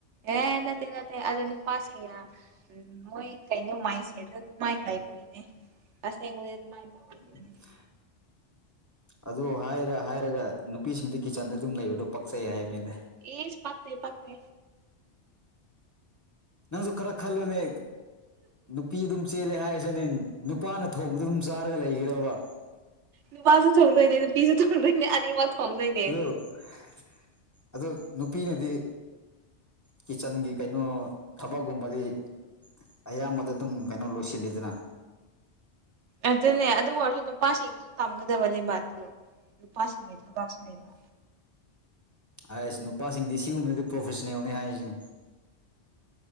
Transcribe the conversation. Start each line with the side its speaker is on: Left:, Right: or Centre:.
Right: ꯑꯦ ꯅꯠꯇꯦ ꯅꯠꯇꯦ ꯑꯗꯨ ꯅꯨꯄꯥꯁꯤꯡꯅ ꯎꯝ ꯃꯣꯏ ꯀꯩꯅꯣ ꯃꯥꯏꯁꯦꯗ ꯑꯗꯨꯃꯥꯏꯅ ꯂꯩꯕꯒꯤꯅꯦ ꯑꯁꯦꯡꯕꯗꯤ ꯑꯗꯨꯃꯥꯏꯅ ꯇꯧꯔꯤꯗꯨꯅꯤ
Left: <unintelligible> ꯑꯗꯨ ꯍꯥꯏꯔ ꯍꯥꯏꯔꯒ ꯅꯨꯄꯤꯁꯤꯡꯗꯣ ꯀꯤꯠꯆꯟꯗ ꯑꯗꯨꯝ ꯂꯩꯕꯗꯣ ꯄꯛꯆꯩ ꯍꯥꯏꯕꯅꯤꯗꯥ
Right: ꯏꯁ ꯄꯥꯛꯇꯦ ꯄꯥꯛꯇꯦ
Left: ꯅꯪꯖꯨ ꯈꯔ ꯈꯜꯂꯣꯅꯦ ꯅꯨꯄꯤ ꯑꯗꯨꯝ ꯆꯦꯜꯂꯦ ꯍꯥꯏꯔꯁꯤꯅꯦ ꯅꯨꯄꯥꯅ ꯊꯣꯡꯕꯗꯣ ꯑꯗꯨꯝ ꯆꯥꯔꯒ ꯂꯩꯈꯤꯔꯕ
Right: ꯅꯨꯄꯥꯁꯨ ꯊꯣꯡꯗꯣꯏꯅꯦ ꯅꯨꯄꯤꯁꯨ ꯊꯣꯡꯗꯣꯏꯅꯦ ꯑꯅꯤꯃꯛ ꯊꯣꯡꯗꯣꯏꯅꯦ
Left: ꯑꯗꯣ ꯅꯨꯄꯤꯅꯗꯤ ꯀꯤꯠꯆꯟꯒꯤ ꯀꯩꯅꯣ ꯊꯕꯛꯒꯨꯝꯕꯗꯤ ꯑꯌꯥꯝꯕꯗ ꯑꯗꯨꯝ ꯀꯩꯅꯣ ꯂꯣꯏꯁꯤꯜꯂꯤꯗꯅ
Right: ꯑꯗꯨꯅꯦ ꯑꯗꯨ ꯑꯣꯏꯔꯁꯨ ꯅꯨꯄꯥꯁꯤꯡꯁꯨ ꯇꯝꯒꯗꯕꯅꯦꯕ ꯑꯗꯨ ꯅꯨꯄꯥꯁꯤꯡꯒꯤ ꯊꯕꯛꯁꯨ ꯂꯩꯕ
Left: ꯑꯥꯏꯁ ꯅꯨꯄꯥꯁꯤꯡꯗꯤ ꯁꯤꯒꯨꯝꯕꯗꯤ ꯄ꯭ꯔꯣꯐꯦꯁꯅꯦꯜꯅꯤ ꯍꯥꯏꯔꯤꯁꯦ